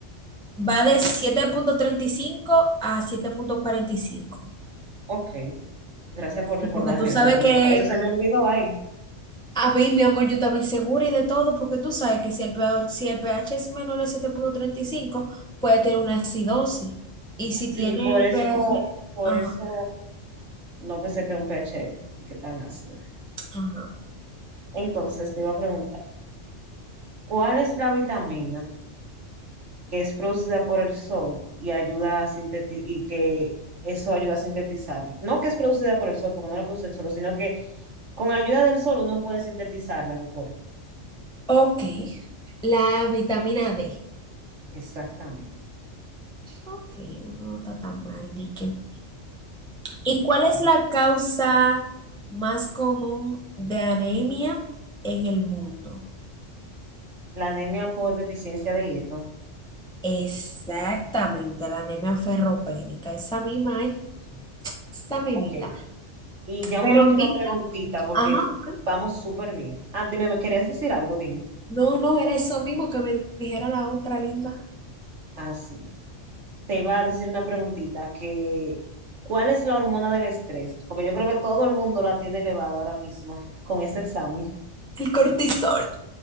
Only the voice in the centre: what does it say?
va de siete punto treinta y cinco a siete punto cuarenta Y cinco
y porque tú sabes
que
a mí, mi amor, yo también segura y de todo, porque tú sabes que si el pH, si el pH es menor a siete punto treinta y cinco puede tener una acidosis. Y si
tiene
el
pH...
Ajá,
ajá.
Ok, la vitamina D.
Ok, uno no está tan mal, dique. ¿Y cuál es la causa más común de anemia en el mundo?
Exactamente, la anemia ferropénica, esa misma, ¿eh? esta mimita.
Pero
mira,
ajá, ok.
No, no, era eso mismo que me dijera la otra linda,
el cortisol.